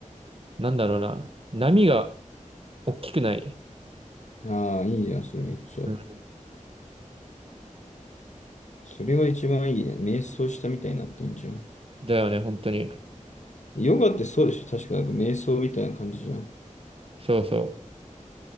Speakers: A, on the right; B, on the left.
A: なんだろうな、波が大きくない。
B: ああ、いいじゃん、それめっちゃ。
A: うん
B: それは一番いいね。瞑想したみたいになってんじゃん。
A: だよね、本当に。
B: ヨガってそうでしょ確かなんか瞑想みたいな感じじゃん。
A: そうそ